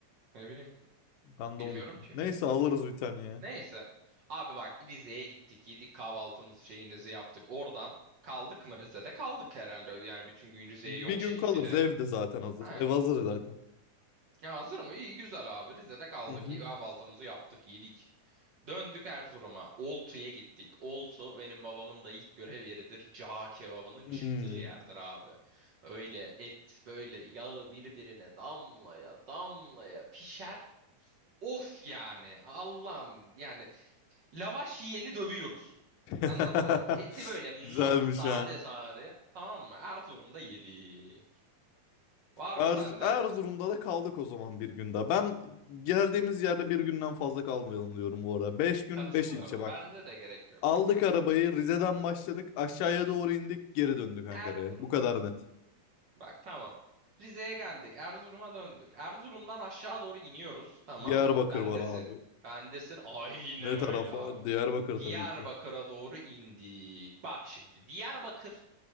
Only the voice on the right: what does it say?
Ne bileyim.
Bilmiyorum
ki.
Neyse. Abi bak Rize'ye gittik. Yedik kahvaltımızı şeyinizi yaptık. Oradan kaldık mı Rize'de? Kaldık herhalde. Yani bütün gün Rize'ye
yol çekip
bir de.
Ha.
Ya hazır mı? İyi güzel abi. Rize'de kaldık.
Kahvaltımızı yaptık. Yedik. Döndük Erzurum'a. Oltu'ya gittik. Oltu benim babamın da ilk görev yeridir. Cağ kebabının
çıktığı yerdir abi. Öyle et böyle yağı birbirine damlaya damlaya pişer. Of yani Allah'ım yani Lavaş yiyeni dövüyoruz.
Anladın mı? Eti böyle muah,
sade
sade. Tamam mı? Erzurum'da yedik. Var
mı sende?
Katılıyorum.
Bence de gerek yok.
Erzurum.
Bak tamam. Rize'ye geldik. Erzurum'a döndük. Erzurum'dan aşağı doğru iniyoruz. Tamam
mı? Bendesin.
Bendesin. Aynen
öyle abi.
Diyarbakır'a
doğru indik. Bak şimdi Diyarbakır